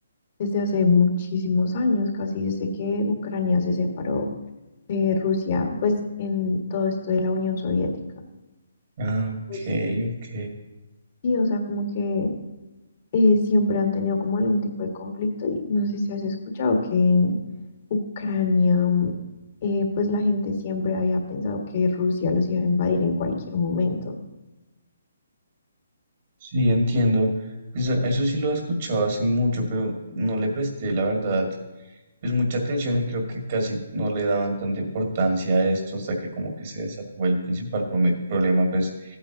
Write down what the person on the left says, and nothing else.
desde hace muchísimos años, casi desde que Ucrania se separó de Rusia, pues en todo esto de la Unión Soviética.
Pues
sí, o sea, como que eh, siempre han tenido como algún tipo de conflicto y no sé si has escuchado que en Ucrania, mm, eh, pues la gente siempre había pensado que Rusia los iba a invadir en cualquier momento.